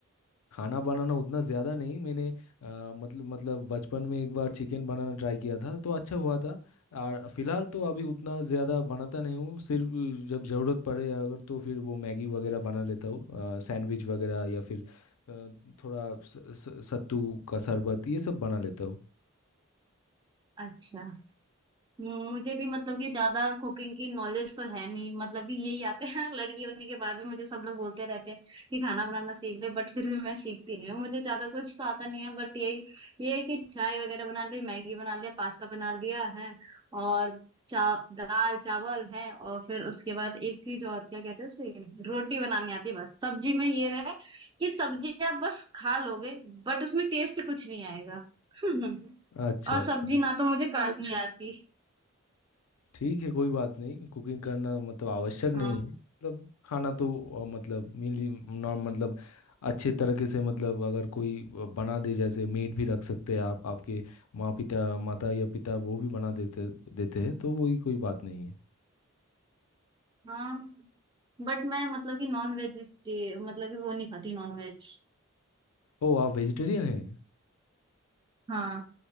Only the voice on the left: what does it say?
खाना बनाना उतना ज़्यादा नहीं मैंने अ, मतलब मतलब बचपन में एक बार चिकन बनाना ट्राई किया था तो अच्छा हुआ था और फिलहाल तो अभी उतना ज़्यादा बनाता नहीं हूँ सिर्फ अ, जब ज़रूरत पड़े अगर तो फिर वो मैगी वगैरह बना लेता हूँ सैंडविच वगैरह या फिर अ, थोड़ा स, स, सत्तू का शरबत ये सब बना लेता हूँ
अच्छा
अच्छा
ठीक है कोई बात नहीं कुकिंग करना मतलब आवश्यक नहीं
है मतलब खाना तो अ, मतलब मिली नॉर्म मतलब अच्छे तरीके से मतलब अगर कोई अ, बना दे जैसे मेड भी रख सकते हैं आप आपके माँ पिता माता या पिता वो भी बना देते देते हैं तो वही कोई बात नहीं है
ओ आप वेजिटेरियन हैं